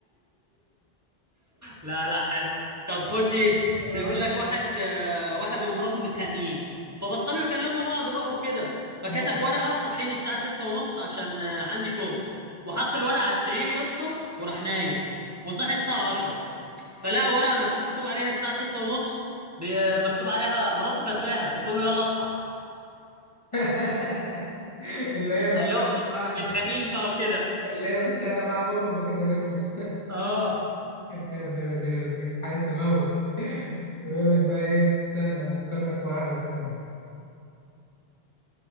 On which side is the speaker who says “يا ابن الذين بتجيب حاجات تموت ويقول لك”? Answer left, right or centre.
Left